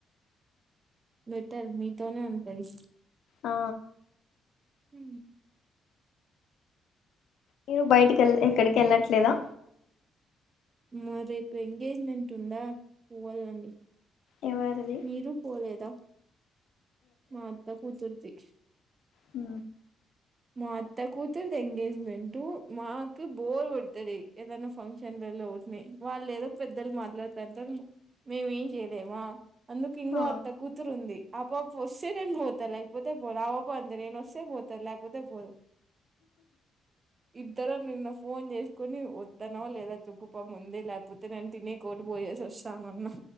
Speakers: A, on the right (about 35°); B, on the left (about 70°).
A: బెటర్ మీతోనే ఉంటది
B: ఆ
A: హ
B: మీరు బయటికి వెళ్ ఎక్కడికి వెళ్ళట్లేదా
A: మ రేపు ఎంగేజ్మెంట్ ఉందా పోవాలండి
B: ఎవరిది
A: మీరు పోలేదా మా అత్తా కూతుర్ది
B: హ
A: మా అత్త కూతురుది ఎంగేజ్మెంట్ మాకు బోర్ కొడుతది ఏదైనా ఫంక్షన్లలో <unintelligible> వాళ్ళు లేద పెద్దలు మాట్లాడతంట మేమేం చేయలేమా అందుకు ఇంకో
B: ఆ
A: అత్త కూతురు ఉంది ఆపాప వస్తే నేను పోతా లేకపోతే పోను ఆ పాప అంతే నేను వస్తే పోతాది లేక పోతే పోదు ఇద్దరు నిన్ను ఫోన్ చేసుకుని వస్తానో లేదా చె ప్పుపా ముందే లేకపోతే నేను తినే కోటి పోయేసి వస్తున్నాం